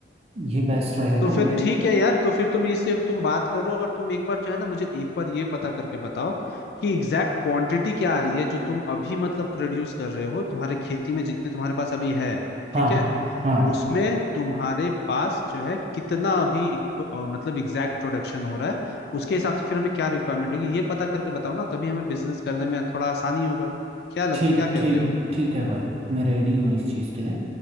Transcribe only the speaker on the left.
तो फिर
ठीक है यार तो फिर तुम इससे तुम बात करो और तुम एक बार जो है ना मुझे एक बार ये पता करके बताओ कि एग्जैक्ट क्वांटिटी क्या आ रही है जो तुम अभी मतलब प्रोड्यूस कर रहे हो तुम्हारे खेती में जितने तुम्हारे पास अभी है
ठीक है
उसमें तुम्हारे पास जो है कितना अभी इक- अ, मतलब एग्जैक्ट प्रोडक्शन हो रहा है उसके हिसाब से फिर हमें क्या रिक्वायरमेंट होगी ये पता करके बताओ ना तभी हमें बिजनेस करने में थोड़ा आसानी होगा क्या लग
क्या कहते
हो